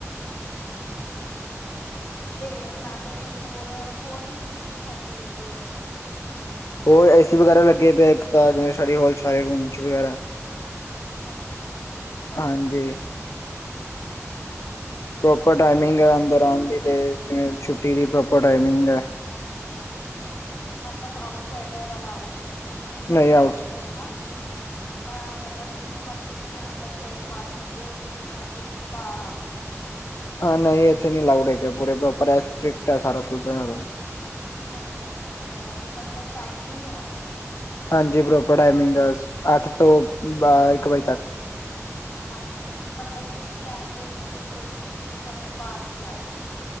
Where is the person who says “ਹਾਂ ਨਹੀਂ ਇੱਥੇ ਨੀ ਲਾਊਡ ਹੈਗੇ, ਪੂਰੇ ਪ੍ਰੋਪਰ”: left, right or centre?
Left